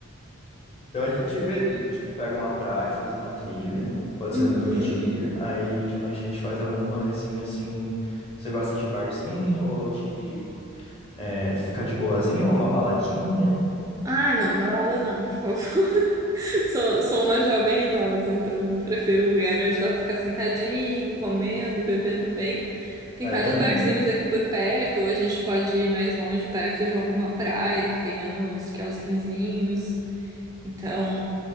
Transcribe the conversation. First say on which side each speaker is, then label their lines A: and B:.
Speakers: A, on the left (about 25°); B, on the right (about 15°).
A: Então a gente vê, a gente pega uma praia, faz uma trilha, pode
B: Uhum.
A: ser no mesmo dia, aí de noite a gente faz algum rolezinho assim. Você gosta de barzinho ou de é, ficar de boazinha ou uma baladinha?
B: Ah, não, balada não, por favor. <laughs> Sou, sou uma jovem idosa, então prefiro um lugar onde dá pra ficar sentadinho, comendo, bebendo bem. Tem
A: Ah,
B: vários
A: eu também.
B: barzinhos aqui por perto, ou a gente pode ir mais longe, perto de alguma praia que tenha uns quiosquezinhos. Então,